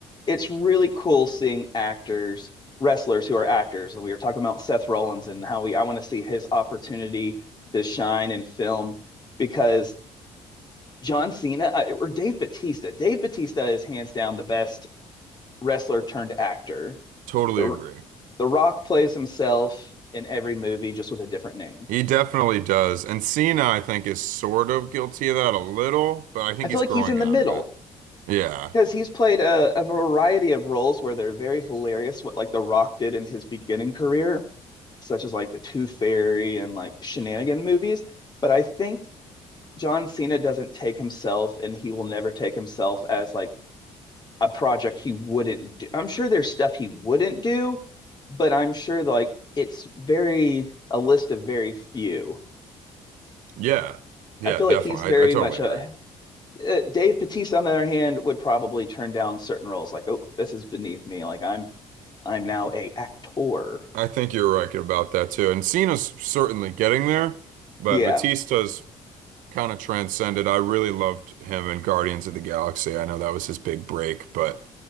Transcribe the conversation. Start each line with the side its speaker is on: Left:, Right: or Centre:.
Left: it's really cool seeing actors, wrestlers who are actors. We were talking about Seth Rollins and how we, I want to see his opportunity to shine in film because John Cena uh, or Dave Batista, Dave Batista is hands down the best wrestler turned actor.
Right: Totally
Left: The
Right: agree.
Left: The Rock plays himself in every movie, just with a different name.
Right: He definitely does. And Cena, I think, is sort of guilty of that a little, but I think
Left: I feel
Right: he's
Left: like
Right: growing
Left: he's in the
Right: out
Left: middle.
Right: of it. Yeah.
Left: Because he's played a, a variety of roles where they're very hilarious, what like The Rock did in his beginning career, such as like the Tooth Fairy and like Shenanigan movies. But I think John Cena doesn't take himself and he will never take himself as like a project he wouldn't do. I'm sure there's stuff he wouldn't do, but I'm sure like it's very a list of very few.
Right: Yeah. Yeah,
Left: I feel
Right: definitely.
Left: like he's very
Right: I, I totally
Left: much a
Right: agree.
Left: uh, Dave Bautista, on the other hand, would probably turn down certain roles like, oh, this is beneath me. Like I'm I'm now a actor.
Right: I think you're right about that too. And Cena's certainly getting there, but
Left: Yeah,
Right: Batista's kind of transcended. I really loved him in Guardians of the Galaxy. I know that was his big break, but